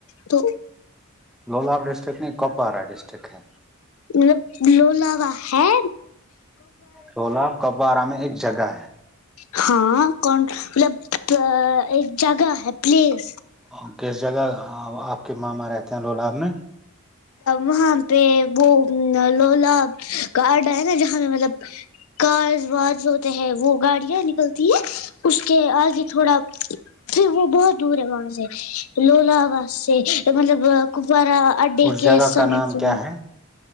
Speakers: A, on the left; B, in the centre.
A: تو
B: لولاپ ڈسٹرکٹ نہیں کپوارا ڈسٹرک ہے
A: مطلب لولاوا ہے
B: لولاب کپوارہ میں ایک جگہ
A: <unintelligible> ہاں کون مطلب ایک جگہ ہے پلیس
B: ہے کس جگہ آپ کے ماما رہتے ہیں لولااب میں
A: وہاں پے وہ لولا گارڈ ہے نا جہاں پے مطلب کارز وارز جو ہوتے ہیں وہ گاڑیاں نکلتی ہے اس کے آگے تھوڑا پھر وہ بہت دور ہے وہاں سے لولاوا سے مطلب کپارا اڈے
B: اس
A: کے
B: جگہ
A: سامنے
B: کا نام کیا ہے